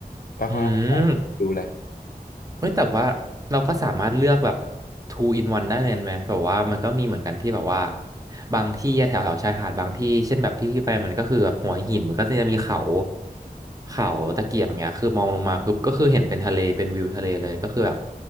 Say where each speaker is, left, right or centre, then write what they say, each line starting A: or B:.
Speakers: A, on the left; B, on the right.
A: ก็ค่อนข้างที่จะดูเลย
B: อืม เฮ้ยแต่ว่าเราก็สามารถเลือกแบบ two in one ได้เลยไหมแบบว่ามันก็มีเหมือนกันที่แบบว่าบางที่แถวแถวชายหาดบางที่เช่นแบบที่ที่ไปมันก็คือแบบหัวหินมันก็จะมีเขาเขาตะเกียบอย่างเงี้ยคือมองลงมาปุ๊บก็คือเห็นเป็นทะเลเป็นวิวทะเลเลยก็คือแบบ